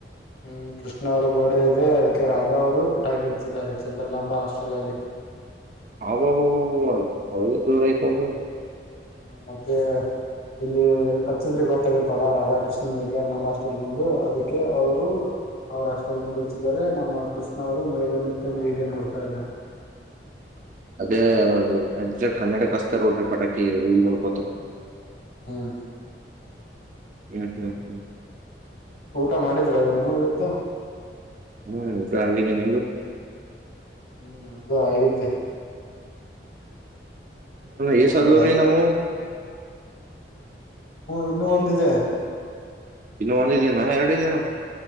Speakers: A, on the left (about 60°); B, on the right (about 45°).
A: ಹ್ಮ್ ಕೃಷ್ಣ ಅವರ ಬರ್ಡೇ ಇದೆ ಅದಕ್ಕೆ ರಾಧಾ ಅವರು ಪಟಾಕಿ ಹಚ್ಚಿದ್ದಾರೆ ಚಂದ್ರಲಾಂಬಾ ಹಾಸ್ಟೆಲ್ ಅಲ್ಲಿ
B: ಹಬಬಬಬ ಅವಲ್ಲ ದೋರ ಐ್ತಲ್ರ
A: ಹ್ಮ ಮತ್ತೆ ಇಲ್ಲಿ ಹಚ್ಚಿದಗ್ ಗೊತ್ತಾಗುತ್ತಲ್ಲ ರಾಧಾಕೃಷ್ಣನ್ ಬಗ್ಗೆ ನಮ್ಮ ಹಾಸ್ಟೆಲ್ ಮುಂದು ಅದಕ್ಕೆ ಅವರು ಅವ್ರ ಹಾಸ್ಟೆಲ್ ಮುಂದ ಹಚ್ಚಿದಿದ್ದಾರೆ ನಮ್ಮ ಕೃಷ್ಣ ಅವರು ಮೇಲೆ ನಿತ್ತ ಹೀಗೆ ನೋಡ್ತಾ ಇದ್ದಾರೆ
B: ಅದೇ ಅದು ಎಕ್ಸಾಕ್ಟ್ ಹನ್ನೆಡ ಕಸ್ತರ್ ನೋಡ್ರಿ ಪಟಾಕಿ ಇಲ್ ಮುಡ್ಕೋತ
A: ಹ <inaudible>
B: ಹ್ಮ್ ಹ್ಮ್ ಹ್ಮ್
A: ಊಟ ಮಾಡಿದ್ರ ಇ ನೀವು ಇವತ್ತು
B: ಹ್ಮ್ ಉಊತ್ತರ ಆಗಿದ್ದೇನೆ ನಿುಮ್ದು
A: ಹ್ಮ್ ನಮ್ದು ಆಗೈತಿ
B: ಏ್
A: ಆಯ್ತ
B: ಸದ್ರೀ
A: ಡೈ
B: ನಮವು <inaudible>
A: ಇನ್ನುೂ ಒಂದಿದೆ
B: ಇನ್ನ ಒಂದ ಇದೇನಾ ಎರಡ ಜೇನಾ